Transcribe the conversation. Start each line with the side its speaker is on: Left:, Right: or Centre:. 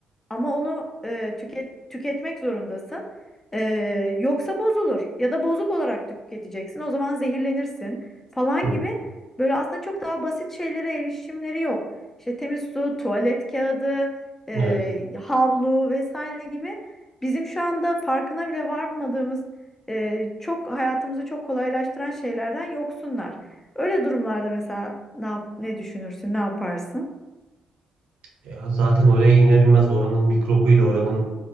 Left: ama onu e, tüket, tüketmek zorundasın. E, yoksa bozulur ya da bozuk olarak tüketeceksin. O zaman zehirlenirsin falan
Right: Hı hı.
Left: gibi böyle aslında çok daha basit şeylere erişimleri yok. İşte temiz su, tuvalet kağıdı e,
Right: Evet.
Left: havlu vesaire gibi bizim şu anda farkına bile varmadığımız e, çok hayatımızı çok kolaylaştıran şeylerden yoksunlar. Öyle durumlarda mesela ne yap- ne düşünürsün, ne yaparsın?
Right: Ya zaten oraya iner inmez oranın mikrobuyla oranın